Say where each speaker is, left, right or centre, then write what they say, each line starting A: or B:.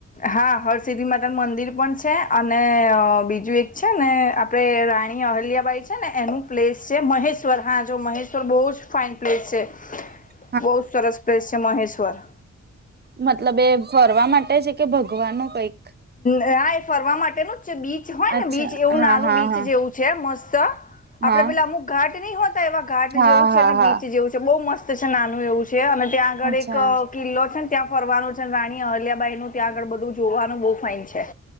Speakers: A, on the left; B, on the right.
A: હા હરસિદ્ધિ માતા નું મંદિર પણ છે અને બીજું એક છે ને. આપણે રાણી અહલિયાબાઈ છે ને એનું પ્લેસ છે મહેશ્વર હા જો મહેશ્વર બહુ જ ફાઇન પ્લેસ છે.
B: <inaudible>
A: બહુ જ સરસ પ્લેસ છે મહેશ્વર.
B: મતલબ એ ફરવા માટે છે કે ભગવાન નું કઈક.
A: હા એ ફરવા માટેનું જ છે બીચ હોય
B: અચ્છા
A: ને બીચ એવું
B: હા
A: નાનું
B: હા
A: બીચ
B: હા
A: જેવું છે. છે મસ્ત આપડે
B: હા
A: પેલા અમુક ઘાટ નહી હોતા એવા ઘાટ
B: હા
A: જેવું
B: હા
A: છે અને
B: હા
A: બીચ જેવું છે બહુ મસ્ત. સ્ત નાનું એવું છે અને ત્યાં આગળ
B: અચ્છા
A: એક કિલ્લો છે. ત્યાં ફરવાનું છે રાણી અહલિયાબાઈ નું ત્યાં આગળ બધું જોવાનું બહુ ફઇન છે.